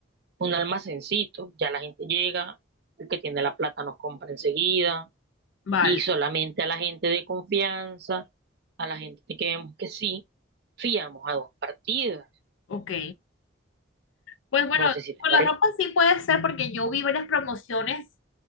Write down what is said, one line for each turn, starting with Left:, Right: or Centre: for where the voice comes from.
Right: un almacencito, ya la gente llega, el que tiene la plata nos compra enseguida
Left: Vale,
Right: y solamente a la gente de confianza, a la gente que vemos que sí, fiamos a dos partidas.
Left: ok. Pues bueno,
Right: No sé si te
Left: con
Right: parece.
Left: la ropa sí puede ser porque yo vi varias promociones